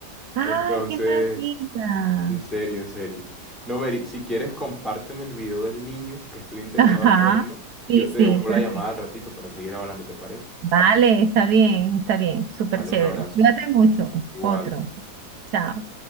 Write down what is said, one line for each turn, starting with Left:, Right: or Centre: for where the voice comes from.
Right: ¡Ay,
Centre: Entonces...
Right: qué maravilla!
Centre: En serio, en serio. No, Mary, si quieres, compárteme el video del niño, que estoy interesado
Right: Ajá.
Centre: en verlo, y
Right: Sí,
Centre: yo te
Right: sí,
Centre: devuelvo
Right: perfecto.
Centre: la llamada al ratito para seguir hablando, ¿te parece?
Right: Vale, está bien, está bien. Súper
Centre: Vale,
Right: chévere.
Centre: un abrazo.
Right: Cuídate mucho.
Centre: Igual.
Right: Otro. Chao.